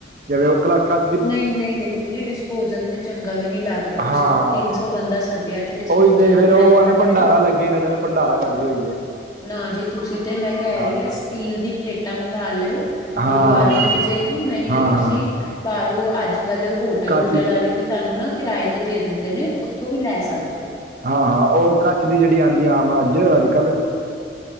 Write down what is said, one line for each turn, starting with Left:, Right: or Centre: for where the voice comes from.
Right: ਜਿਵੇਂ- ਉਹ ਕਲਾਕਾਂ ਚ
Left: ਨਹੀਂ, ਨਹੀਂ, ਦੇਖੋ ਜੀ। ਡਿਸਪੋਜਲ ਤੇ ਚੰਗਾ ਵੀ ਨਹੀਂ ਲੱਗਦਾ, ਤੁਸੀਂ
Right: ਹਾਂ
Left: ਤਿੰਨ ਸੌ ਬੰਦਾ ਸੱਦਿਆ ਤੇ ਡਿਸਪੋਜਲ
Right: ਉਹੀ ਤੇ ਫੇਰ ਉਹ
Left: ਮੈਂ ਤੁਹਾਨੂੰ
Right: ਐਵੇਂ- ਭੰਡਾਰਾ
Left: ਕਹਿ ਰਹੀ
Right: ਲੱਗੇਗਾ ਜਿਵੇਂ - ਭੰਡਾਰਾ ਕਰਜ਼ ਹੋਈਏ
Left: ਨਾ ਜੀ ਤੁਸੀਂ ਤੇ ਮੈਂ ਕਹਿ
Right: ਹਾਂ
Left: ਰਹੀ ਆ। ਸਟੀਲ ਦੀ ਪਲੇਟਾਂ ਮੰਗਵਾ ਲਿਓ। ਗੁਰਦੁਆਰੇ
Right: ਹਾਂ
Left: ਹੋ ਮਿਲ ਜਾਏਗੀ ਨਹੀਂ
Right: ਹਾਂ
Left: ਤੇ ਤੁਸੀਂ
Right: ਹਾਂ
Left: ਬਾਹਰੋਂ ਅੱਜ ਕੱਲ ਹੋਟਲ,
Right: ਕੱਚ
Left: ਉੂਟਲ ਵਾਲੇ ਵੀ ਤੁਹਾਨੂੰ ਨਾ ਕਿਰਾਏ ਤੇ ਦੇ ਦਿੰਦੇ ਨੇ। ਉੱਥੋਂ ਵੀ ਲੈ ਸਕਦੇ ਹੋ।
Right: ਹਾਂ, ਹਾਂ ਉਹ ਕਛ ਦੀ ਜਿਹੜੀ ਆਉਂਦੀ ਆਮ ਅੱਜ, ਅੱਜ ਕੱਲ੍ਹ।